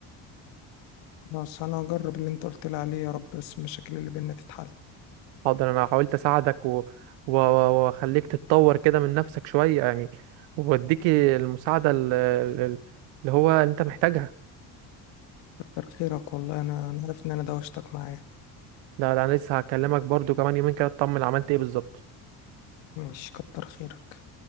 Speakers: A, on the left; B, on the right.
A: خلاص أنا هجرب اللي أنت قلت لي عليه يا رب بس المشاكل اللي بينا تتحل
B: حاضر انا حاولت اساعدك و... و... و- واخليك تتطور كده من نفسك شوية يعني واديك المساعدة ال- ال- اللي هو انت محتاجها
A: كتر خيرك والله أنا أنا عارف إن أنا دوشتك معايا
B: لا لا انا لسه هكلمك برضو كمان يومين كده اطمن عملت ايه بالظبط
A: ماشي كتر خيرك